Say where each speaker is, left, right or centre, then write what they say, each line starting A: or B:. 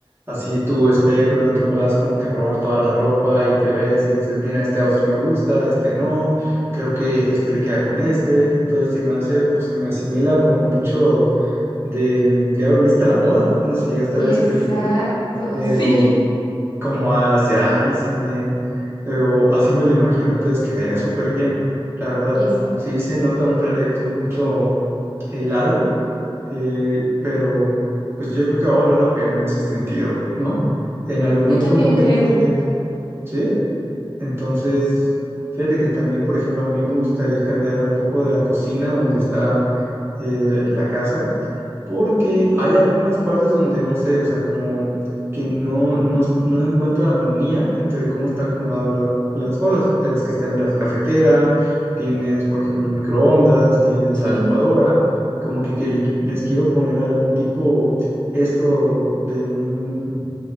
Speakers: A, on the right; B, on the left.
A: así tu espejo y donde puedas como que probar toda la ropa y te ves y dices, mira, este outfit me gusta, este no creo que este le queda con este, entonces se me hace o se me asimila como mucho del Diablo Viste a la Moda, no sé si llegaste
B: Exacto,
A: a ver esa película, pero
B: <laughs> sí,
A: como hacia ahí se me, pero así me lo imagino, entonces quedaría súper bien, la verdad,
B: exacto.
A: sí se nota un proyecto un poquito eh, largo, eh, pero pues yo creo que va a valer la pena en ese sentido, ¿no? En algún
B: Yo
A: otro
B: también
A: momento,
B: creo.
A: fíjate, ¿sí? Entonces,
B: Sí,
A: fíjate que también, por ejemplo, a mí me gustaría cambiar un poco de la cocina donde está eh, la casa, porque
B: ok,
A: hay algunas partes donde no sé, o sea, como que no, no, no encuentro armonía entre cómo está acomodado la- las cosas. Ya ves que está en una cafetera, tienes, por ejemplo, el microondas, tienes
B: sí,
A: la licuadora, como que, que le- les quiero poner algún tipo esto de un